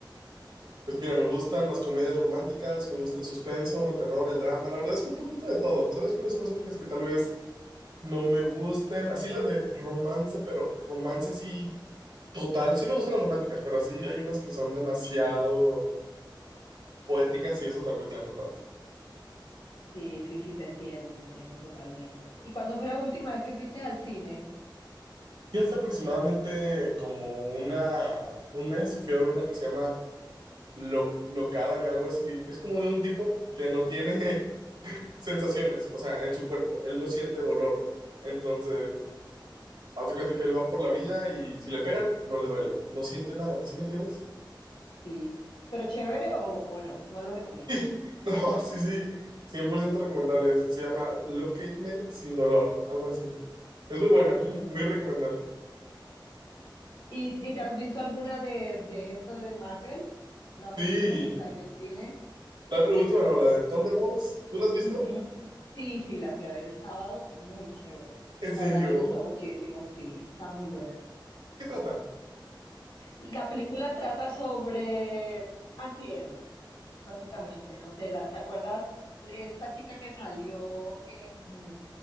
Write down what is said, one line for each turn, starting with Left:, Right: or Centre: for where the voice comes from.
Right: Pues mira, me gustan las comedias románticas, me gusta el suspenso, el terror, el drama, la verdad es que un poquito de todo. ¿Sabes cuáles son las únicas que tal vez no me gusten? Así las de romance, pero romance así total. Sí me gustan las románticas, pero así hay unas que son demasiado poéticas y eso tal vez ya no tanto.
Left: Sí, sí, sí, te entiendo, te entiendo totalmente. ¿Y cuándo fue la última vez que fuiste al cine?
Right: Y hace aproximadamente como una, un mes fui a ver una que se llama lo, locádame, algo así. Es como de un tipo que no tiene <laughs> sensaciones, o sea, en su cuerpo. Él no siente dolor. Entonces, haz de cuenta que él va por la vida y si le pegan, no le duele. No siente nada, ¿sí me entiendes?
Left: Sí, pero chévere o, o no, no lo recomiendas.
Right: <laughs> No, sí, sí, 100% recomendable. Es- Se llama Locate Me Sin Dolor, algo así. Es muy buena,
Left: Mm.
Right: muy recomendable.
Left: ¿Y, y te has visto alguna de, de esto de Marvel? La última
Right: Sí,
Left: que está en el cine.
Right: la, la última no, la de Thunderbolts. ¿Tú la has visto?
Left: Ujú. Sí, sí, la fui a ver el sábado, muy chévere.
Right: ¿En serio?
Left: La verdad me gustó muchísimo, sí, está muy buena.
Right: ¿Qué trata?
Left: La película trata sobre antihéroes. básicamente, no sé, la, ¿te acuerdas esta chica que salió en,